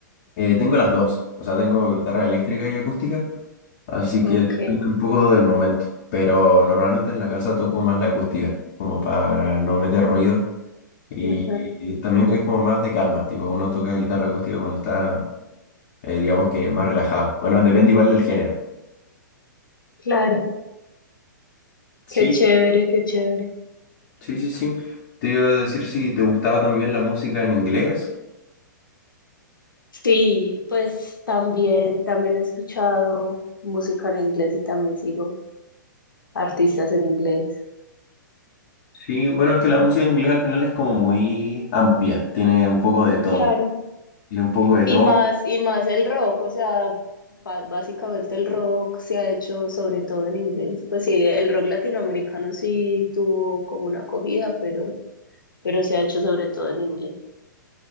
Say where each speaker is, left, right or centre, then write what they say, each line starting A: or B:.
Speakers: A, on the left (about 45°); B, on the left (about 85°).
A: Eh, tengo las dos, o sea, tengo guitarra eléctrica y acústica. Así
B: Ok,
A: que depende un poco del momento. Pero normalmente en la casa toco más la acústica, como para no meter ruido. Y,
B: <laughs> ajá,
A: y también es como más de calma, tipo uno toca guitarra acústica cuando está, eh, digamos que más relajado. Bueno, depende igual del género.
B: Claro,
A: Sí,
B: qué chévere, qué chévere.
A: sí, sí, sí. Te iba a decir si te gustaba también la música en inglés.
B: Sí, pues también, también he escuchado música en inglés y también sigo artistas en inglés.
A: Sí, bueno, es que la música en inglés al final es como muy amplia, tiene un poco de todo.
B: Claro.
A: Tiene un poco de
B: Y
A: todo.
B: más, y más el rock, o sea, ba- básicamente el rock se ha hecho sobre todo en inglés. Pues sí, el rock latinoamericano sí tuvo como una acogida, pero, pero se ha hecho sobre todo en inglés.